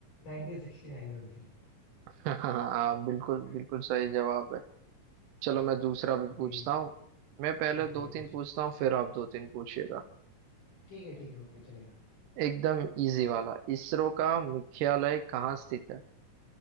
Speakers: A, on the left; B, on the right.
A: nineteen sixty nine में भी थी
B: <laughs> हाँ बिल्कुल
A: <laughs>
B: बिल्कुल सही जवाब है चलो मैं दूसरा भी
A: अभी
B: पूछता हूँ मैं पहले
A: हाँ
B: दो
A: ठीक है पूछो
B: तीन पूछता हूँ फिर आप दो तीन पूछिएगा
A: ठीक है ठीक है ओके चलेगा
B: एकदम इजी वाला इसरो का मुख्यालय कहाँ स्थित है